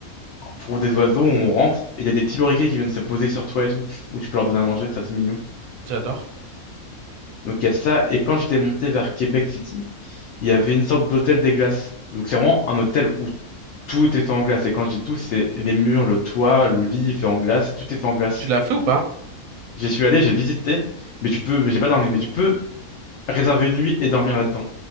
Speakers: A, on the left (about 60°); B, on the right (about 75°).
A: pour des oiseaux, où on rentre, et il y a des petits loriquets qui viennent se poser sur toi et tout, où tu peux leur donner à manger, ça c'est mignon.
B: j'adore.
A: Donc, il y a ça. Et quand j'étais monté vers Québec City, il y avait une sorte d'hôtel des glaces. Donc, c'est vraiment un hôtel où tout est fait en glace. Et quand je dis tout, c'est les murs, le toit, le lit est fait en glace, tout est fait en glace.
B: Tu l'as fait ou pas?
A: J'y suis allé, j'ai visité, mais tu peux, j'ai pas dormi, mais tu peux réserver une nuit et dormir là-dedans.